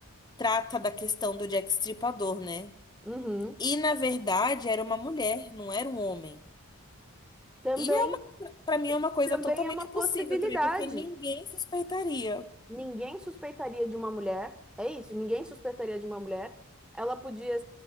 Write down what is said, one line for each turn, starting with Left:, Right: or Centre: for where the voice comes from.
Left: trata da questão do Jack Stripador, né?
Centre: Uhum.
Left: E na verdade era uma mulher, não era um homem.
Centre: Também,
Left: E é, para mim
Centre: e
Left: é uma coisa
Centre: também
Left: totalmente
Centre: é uma possibilidade.
Left: possível também, porque ninguém suspeitaria.
Centre: Ninguém suspeitaria de uma mulher. É isso, ninguém suspeitaria de uma mulher. Ela podia,